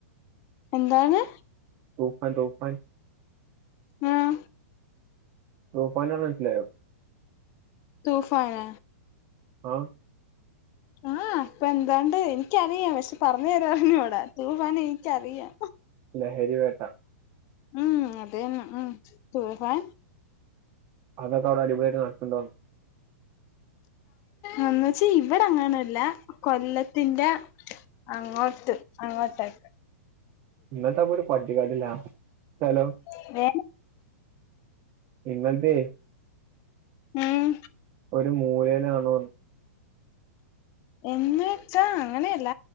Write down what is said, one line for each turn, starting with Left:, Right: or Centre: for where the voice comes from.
Left: എന്താന്ന്?
Right: തൂഫാൻ, തൂഫാൻ
Left: ആഹ്
Right: ത്താണ് പർഞ്ഞ മനസ്സിലായോ?
Left: തൂഫാനാ?
Right: അഹ്
Left: ആഹ് ഇപ്പെന്താണ്ട്, എനി ക്കറിയാം. പക്ഷെ പറഞ്ഞ് തരാൻ അറിഞ്ഞൂട. തൂഫാന് എനിക്കറിയാം.
Right: ലഹരി വേട്ട
Left: ഉം അതെന്നെ, തൂഫാൻ
Right: അതൊക്കവ്ടെ അടിപൊള്യായിട്ട് നോക്ക്ണ്ടോന്ന്
Left: എന്നച്ച് ഇവടെ അങ്ങനല്ല. കൊല്ലത്തിന്റെ അങ്ങോട്ട് അങ്ങോട്ടൊക്കെ
Right: ഇങ്ങൾതപ്പൊ ഒരു പട്ടിക്കാട്ടിലാ, സ്ഥലം?
Left: <unintelligible>
Right: പിന്നെന്തെ
Left: ഉം
Right: ഒരു മൂലേയിലാണോന്ന്
Left: എന്ന് വെച്ചാൻ അങ്ങനെയല്ല